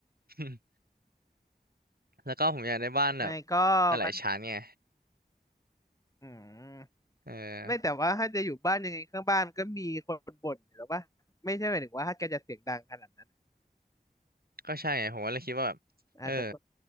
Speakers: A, on the right (about 65°); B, on the left (about 20°).
A: <laughs> แล้วก็ผมอยากได้บ้านแบบ
B: ไอก็มัน
A: หลายๆชั้นไง
B: อืม
A: เออ
B: ไม่แต่ว่าถ้าจะอยู่บ้านยังไงข้างบ้านก็มีคนบ่นอยู่แล้วป่ะไม่ใช่หมายถึงว่าถ้าแกจะเสียงดังขนาดนั้น
A: ก็ใช่ไงผมก็เลยคิดว่าแบบเออ
B: อาจจะต้อง